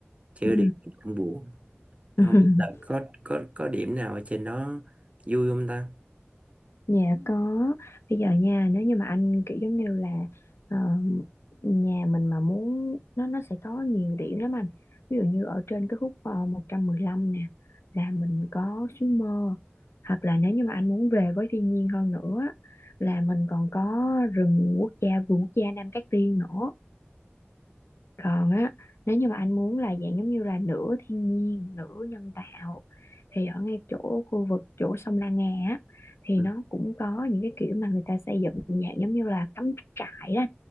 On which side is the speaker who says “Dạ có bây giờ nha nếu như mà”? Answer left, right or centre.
Left